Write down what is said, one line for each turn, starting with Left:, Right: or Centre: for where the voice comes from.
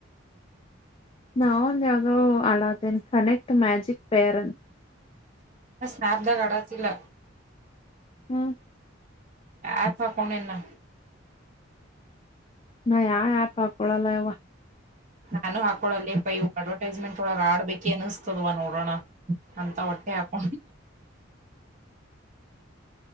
Left: ನಾಾವ ಒಂದು ಯಾವವುದೋ ಅಳಾದೇನೆ ಕನೆಕ್ಟ್ ಮಜಿಕ್ ಪೇರ್ನ್
Right: ಮಾಪ್ ದಾಗ ಆದತಿಲ
Left: ಹ್ಮ್
Right: ಆಪ ಹಾಕೊಂಡಿನಿ ನಾ
Left: ನಾ ಯಾವ ಆ್ಯಪ್ ಹಾಕೊಳಲ್ಲ ಯವ
Right: ನಾನು ಹಾಕೊಳಲ್ಲ ಪೈ ಅಡ್ವರ್ಟೈಸ್ಮೆಂಟ್ ಒಳಗ ಆಡ್ಬೇಕಿ ಅನಿಸಸ್ತದವ ನೋಡೋಣ ಅಂತ ಒಟ್ಟೆ ಯಪ